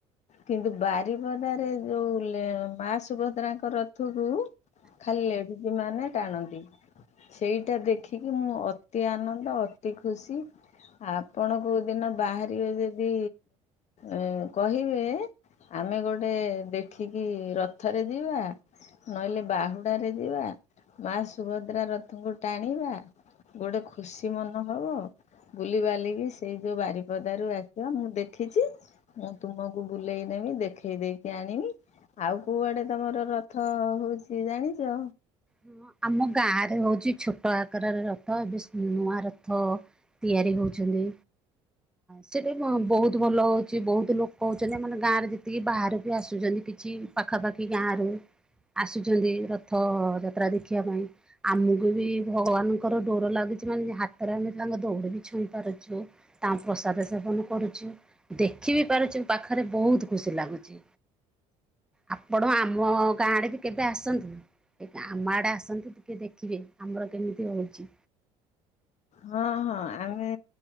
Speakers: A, on the left; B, in the centre.
A: କିନ୍ତୁ ବାରିପଦାରେ ଯୋଉ ମା ସୁଭଦ୍ରାଙ୍କ ରଥକୁ ଖାଲି ଲେଢିଜ ମାନେ ଟାଣନ୍ତି, ସେଇଟା ଦେଖ ଖିକି ମୁଁ ଅତି ଆନନ୍ଦ ଅତି ଖୁସି। ଆପଣ କୋଉ ଦିନ ବାହାରିବେ ଯଦି ଏନ୍ କହିବେ। ଆମେ ଗୋଟେ ଦେଖିକି ରଥରେ ଯିବା, ନହେଲେ ବାହୁଡାରେ ଯିବା। ମା ସୁଭଦ୍ରା ରଥଙ୍କୁ ଟାଣିବା ଗୋଟେ ଖୁସି ମନ ହବ। ବୁଲି ବାଲିକି ସେଇ ଯୋଉ ବାରିପଦାରୁ ଆସିବା ମୁଁ ଦେଖିଚି ମୁଁ ତୁମକୁ ବୁଲେଇ ନ ଇ ଦେଖେଇ ଦେଇକି ଆଣିବି ଆଉ କୋଉଆଡେ ତମର ରଥ ହଉଚି ଜାଣିଚ?
B: ହଁ ଆମ ଗାଁ ରେ ହଉଚି ଛୋଟ ଆକାରରେ ରଥ, ଏବେ ନୂଆ ରଥ ତିଆରି ତିଆରି ହଉଚନ୍ତି। ସେଟା ବହୁତ ଭଲ ହଉଚି, ବହୁତ ଲୋକ ହଉଚନ୍ତି ଆମର ଗାଁ ରେ ଯେତିକି ବାହାରରୁ ବି ଆସୁଛନ୍ତି କିଛି ପାଖାପାଖି ଗାଁ ର ଆସୁଚନ୍ତି ରଥ ଯାତ୍ରା ଦେଖିବା ପାଇଁ। ଆମକୁ ବି ଭଗବାନଙ୍କର ଡୋର ଲାଗୁଚି ମାନେ ହାତରେ ଆମେ ତାଙ୍କ ଦୌଡ ବି ଛ ଇ ପାରୁଚୁ, ତାଙ୍କ ପ୍ରସାଦ ସେବନ କରୁଚୁ, ଦେଖି ବି ପାରୁଚୁ, ପାଖରେ ବହୁତ ଖୁସି ଲ ଲାଗୁଚି ଆପଣ ଆମ ଗାଁରେ ବି କେବେ ଆସନ୍ତୁ? ଆମ ଆଡେ ଆସନ୍ତୁ ଟିକେ ଦେଖିବେ ଆମର କେମିତି ହଉଚି।
A: ହଁ ହଁ ଆମେ